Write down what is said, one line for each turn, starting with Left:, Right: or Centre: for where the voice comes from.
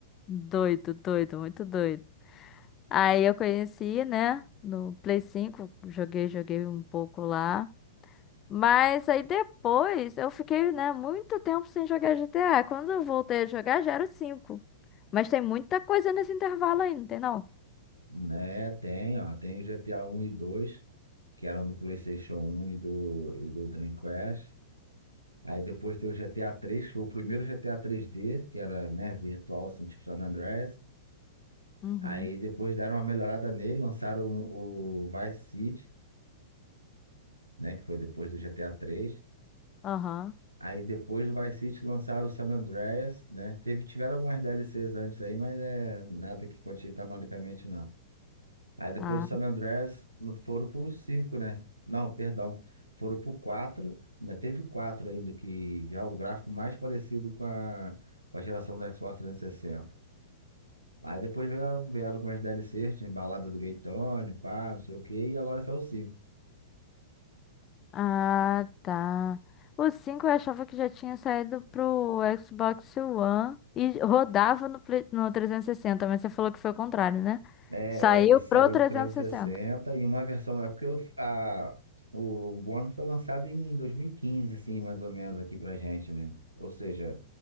Left: Doido, doido, muito doido. Aí eu conheci, né, no Play 5, joguei, joguei um pouco lá. Mas aí depois eu fiquei, né, muito tempo sem jogar GTA. Quando eu voltei a jogar já era o 5. Mas tem muita coisa nesse intervalo aí, não tem não?
Right: Né, tem, ó, tem o GTA um e 2 que eram do PlayStation um e do, e do Dreamcast. Aí depois tem o GTA 3, que foi o primeiro GTA 3D, que era, né, virtual, assim, tipo San Andreas.
Left: Uhum,
Right: Aí depois deram uma melhorada nele, lançaram o Vice City, né, que foi depois do GTA 3.
Left: aham,
Right: Aí depois do Vice City lançaram o San Andreas, né? Teve, tiveram algumas DLCs antes aí, mas é nada que conte canonicamente, não. Aí depois
Left: Ah.
Right: do San Andreas no- foram pro cinco, né? Não, perdão. Foram pro 4. Ainda teve o 4 ainda, que já é o gráfico mais parecido com a, com a geração do Xbox 360. Aí depois vieram, vieram com as DLCs, tinha balada do Gaytone, pá, não sei o quê, e agora saiu o cinco.
Left: Ah, tá. O 5 eu achava que já tinha saído pro Xbox One e rodava no, Play- no 360. mas você falou que foi o contrário, né?
Right: É,
Left: Saiu
Right: é, ele saiu
Left: pro trezentos
Right: pro 360
Left: e sessenta.
Right: e sessenta e uma versão. É porque o- a, o One foi lançado em 2015, assim, mais ou menos, aqui pra gente, né? Ou seja,